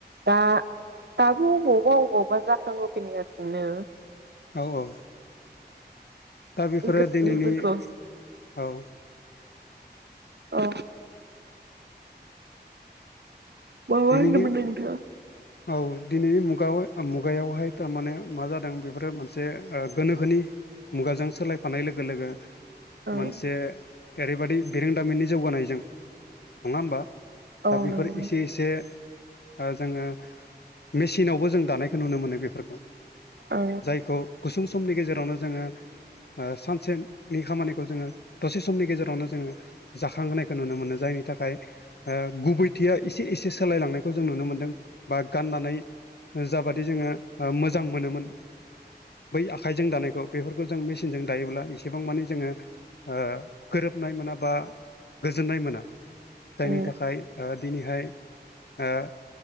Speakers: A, on the right (about 75°); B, on the left (about 70°).
A: दा दाबो अबावबा अबावबा जाखांहोफिनगासिनो
B: औ औ दा बेफोरो
A: गोदोनिफोरखौ
B: दिनैनि औ
A: औ माबा
B: दिनैनि
A: होनदोमोन नोंथांआ
B: औ दिनैनि मुगाव मुगायावहाय थारमाने मा जादों बेफोरो मोनसे ओ गोनोखोनि मुगाजों सोलायफानाय लोगो लोगो
A: औ
B: मोनसे ओरैबादि बिरोंदामिननि जौगानायजों नंङा होमबा?
A: औ
B: ओ बेफोर
A: नंगौ
B: एसे एसे ओ जोंङो मेसिनावबो जों दानायखौ नुनो मोनो बेफोरखौ
A: ओं
B: जायखौ गुसुं समनि गेजेरावनो जोंङो ओ सानसेनि खामानिखौ जोंङो दसे समनि गेजेरावनो जोंङो जाखांहोनायखौ नुनो मोनो जायनि थाखाय ओ गुबैथिया एसे एसे सोलायलांनायखौ जों नुनो मोनदों। बा गाननानै जाबादि जोंङो ओ मोजां मोनोमोन बै आ खाइजों दानायखौ बेफोरखौ जों मेसिनजों दायोब्ला एसेबां मानि जोङो ओ गोरोबनाय मोना बा गोजोननाय मोना। जायनि
A: ओं
B: थाखाय ओ दिनैहाय ओ